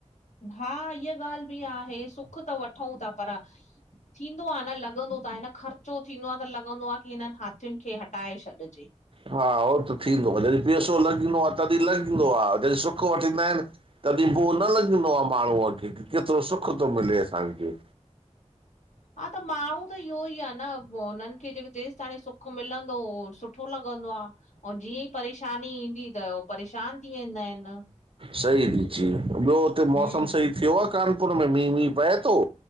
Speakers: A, on the left; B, on the right.
A: हा, इह्य ॻाल्हि बि आहे सुख त वठंउं ता पर थींदो आ न, लॻंदो त आहे न ख़र्चो थींदो आ त लॻंदो आ की हिननि हाथियुनि खे हटाए छॾिजे।
B: हा, उहो त थींदो आहे। जॾहिं पैसो लॻंदो आ तॾहिं लॻंदो आ। जॾहिं सुख वठंदा आहिनि। तॾहिं उहो न लॻंदो आ, माण्हूअ खे की केतिरो सुख थो मिले असांखे।
A: हा, त माण्हू त इहो ई आ न पो हुननि खे जेक जेसि ताणी सुख मिलंदो हो सुठो सुठो लॻंदो आं। औं जीअं ई परेशानी ईंदी त ओ परेशान थी वेंदा आहिनि।
B: सई थी। जी ॿियो हुते मौसम
A: हूं
B: सही थियो आ? कानपुर में मींहुं, वींहुं पए थो?